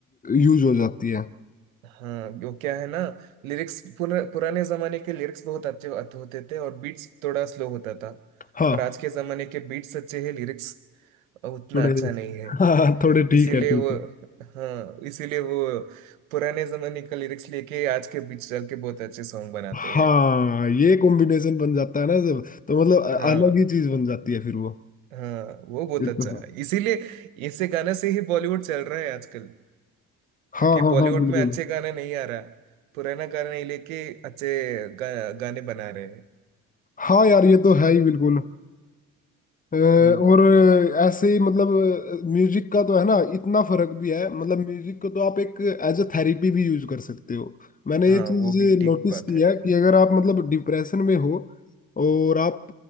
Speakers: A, on the left; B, on the right.
A: यूज हो जाती है
B: हाँ वो क्या है ना लिरिक्स पुरा, पुराने जमाने के लिरिक्स बहुत अच्छे अच्छे होते थे और बीट्स थोड़ा स्लो होता था
A: हाँ
B: पर आज के जमाने के बीट्स अच्छे हैं लिरिक्स उतना
A: थोड़े
B: अच्छा नहीं है
A: हाँ थोड़े ठीक
B: इसीलिए
A: है ठीक
B: वो
A: है
B: हाँ इसीलिए वो पुराने जमाने का लिरिक्स लेके आज के बीट्स डाल के बहुत अच्छे सॉन्ग बनाते
A: हाँ
B: हैं
A: ये कॉम्बिनेशन बन जाता है ना जब तो मतलब अ-
B: हाँ
A: अलग ही चीज बन जाती है फिर वो
B: हाँ वो बहुत
A: ये
B: अच्छा
A: तो है।
B: है इसीलिए ऐसे गाना से ही बॉलीवुड चल रहा है आजकल
A: हाँ
B: क्योंकि
A: हाँ
B: बॉलीवुड
A: हाँ बिल्कुल
B: में अच्छे गाने नहीं आ रहा पुराना गाना ही लेके अच्छे गा, गाने बना रहे हैं
A: हाँ यार ये तो है ही बिल्कुल अ, और
B: हम्म
A: ऐसे ही मतलब म्यूजिक का तो है ना इतना फर्क भी है मतलब म्यूजिक को तो आप एक एज अ थेरेपी भी यूज कर सकते हो मैंने
B: हाँ
A: ये चीज
B: वो भी ठीक
A: नोटिस
B: बात
A: की
B: है
A: है कि अगर आप मतलब डिप्रेशन में हो और आप